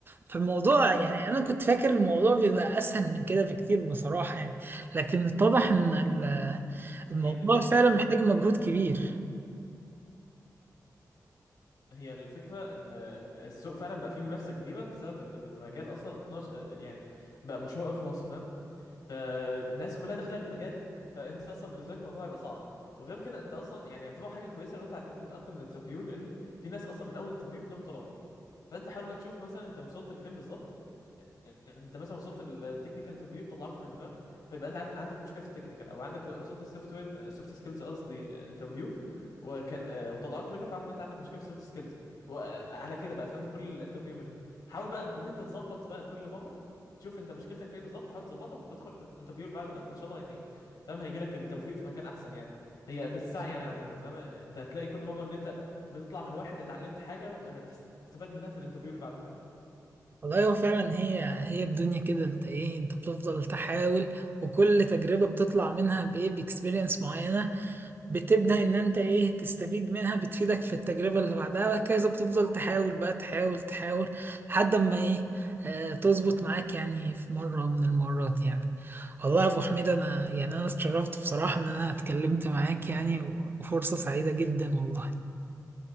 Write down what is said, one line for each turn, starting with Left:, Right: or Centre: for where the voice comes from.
Right: فالموضوع يعني انا كنت فاكر الموضوع بيبقى اسهل من كده بكتير بصراحة يعني لكن اتضح ان ال- الموضوع
Left: هي الفكره
Right: فعلا محتاج مجهود كبير
Left: هي الفكره ان السوق فعلا بقى فيه منافسه كبيره بسبب ان المجال اصلا 12 يعني بقى مشهور قوي في مصر فاهم فالناس كلها داخله المجال فانت اصلا بالنسبه لك الموضوع هيبقى صعب وغير كده انت اصلا يعني يعتبر حاجه كويسه لو انت عديت من اكتر من انترفيو لان في ناس اصلا من اول انترفيو بتلاقيهم طلعوا فانت حاول بقى تشوف مثلا انت وصلت لفين بالظبط انت مثلا وصلت التكنيكال انترفيو طلعوك منه فاهم فيبقى انت عن- عندك مشكله في التكنيكال او عندك وصلت السوفت وير السوفت سكيلز قصدي انترفيو وكان آه، وطلعوك منه فعارف ان انت عندك مشكله في السوفت سكيلز وعلى كده بقى فاهم في كل انترفيو منهم حاول بقى ان انت تظبط بقى كل مره تشوف انت مشكلتك في ايه بالظبط وحاول تظبطها وادخل الانترفيو اللي بعد بقى وان شاء الله يعني فاهم هيجي لك التوفيق في مكان احسن يعني هي بالسعي يعني عموما فاهم يعني انت هتلاقي كل مره ان انت بتطلع من واحد اتعلمت حاجه آه، تستفاد منها في الانترفيو اللي بعده فاهمني
Right: والله هو فعلا هي هي الدنيا كده انت ايه انت بتفضل تحاول وكل تجربة بتطلع منها بايه باكسبيرينس معينة بتبدأ ان انت ايه تستفيد منها بتفيدك في التجربة اللي بعدها وهكذا بتفضل تحاول بقى تحاول تحاول لحد ما ايه اه تظبط معاك يعني في مرة من المرات يعني والله يا ابو حميد انا يعني انا اتشرفت بصراحة ان انا اتكلمت معاك يعني و- وفرصة سعيدة جدا والله